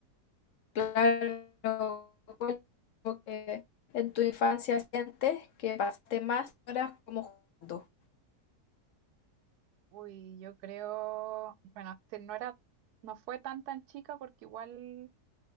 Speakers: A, on the left; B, on the right.
A: claro, cuál como que en tu infancia sientes que pasaste más horas como jugando?
B: Uy, yo creo, bueno, este, no era, no fue tan tan chica porque igual